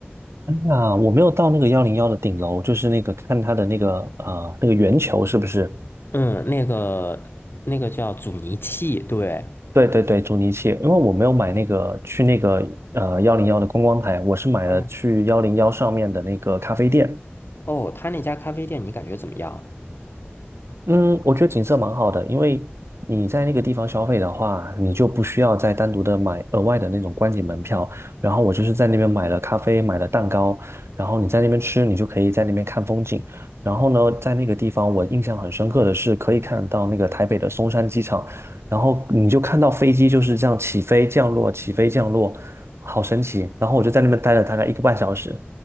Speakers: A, on the right; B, on the left.
A: 啊，我没有到那个幺零幺的顶楼，就是那个看它的那个呃那个圆球是不是？
B: 嗯，那个那个叫阻尼器，对。
A: 对对对，阻尼器，因为我没有买那个去那个呃幺零幺的观光台，我是买了去幺零幺上面的那个咖啡店，
B: 嗯。哦，他那家咖啡店你感觉怎么样？
A: 嗯，我觉得景色蛮好的，因为你在那个地方消费的话，你就不需要再单独的买额外的那种观景门票。然后我就是在那边买了咖啡，买了蛋糕，然后你在那边吃，你就可以在那边看风景。然后呢，在那个地方我印象很深刻的是，可以看到那个台北的松山机场，然后你就看到飞机就是这样起飞降落，起飞降落，好神奇。然后我就在那边待了大概一个半小时。